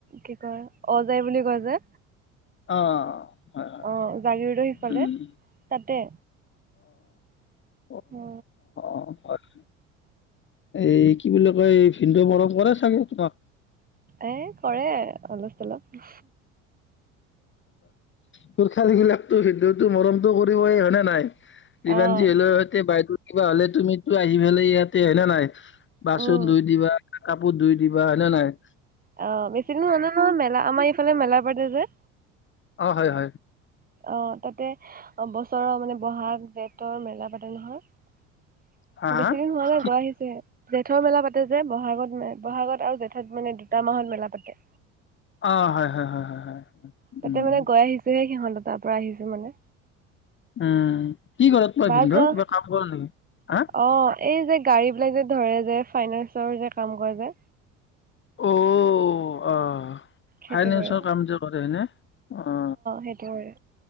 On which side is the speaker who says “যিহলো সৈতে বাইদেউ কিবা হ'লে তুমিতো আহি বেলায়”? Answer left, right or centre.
Left